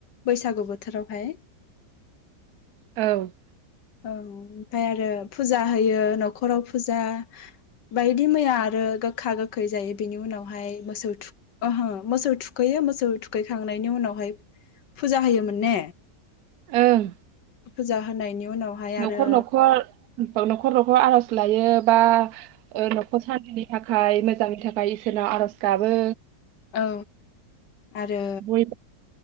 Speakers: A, on the left (about 80°); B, on the right (about 65°).
A: बैसागु बोथोरावहाय
B: औ
A: ओ ओमफाय आरो फुजा होयो न'खराव फुजा बायदि मैया आरो गोखा गोखै जायो बिनि उनावहाय मोसौ थुख ओहो मोसौ थुखैयो मोसौ थुखैखांनायनि उनावहाय फुजा होयोमोन ने
B: ओं
A: फुजा होनायनि उनावहाय
B: न'खर
A: आरो
B: न'खर न'खर न'खर आर'ज लायो बा नखर <unintelligible> थाखाय मोजांनि थाखाय इसोरनाव आर'ज गाबो
A: औ आरो
B: बयबो